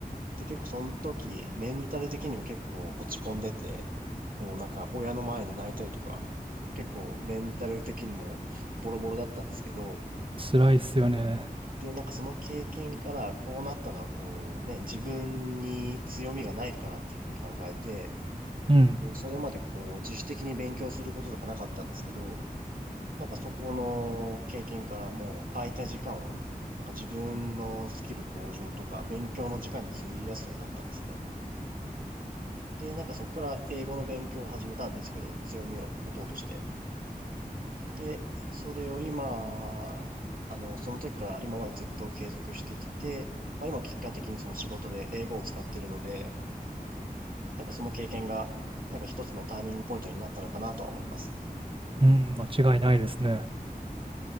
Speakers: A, on the right; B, on the right.
A: で、結構その時、メンタル的にも結構落ち込んでて、こうなんか親の前で泣いたりとか、結構メンタル的にもボロボロだったんですけど、
B: 辛いっすよね。
A: で、なんかその経験からこうなったのはこうね、自分に強みがないからっていうふうに考えて、
B: うん。
A: こうそれまでこう自主的に勉強することとかなかったんですけど、なんかそこの経験からもう空いた時間をなんか自分のスキル向上とか勉強の時間に費やすようになったんですね。で、なんかそこから英語の勉強を始めたんですけど、強みを持とうとして。で、それを今、あの、その時から今までずっと継続してきて、まあ今結果的にその仕事で英語を使ってるので、なんかその経験が、なんか一つのターニングポイントになったのかなとは思います。
B: うん、間違いないですね。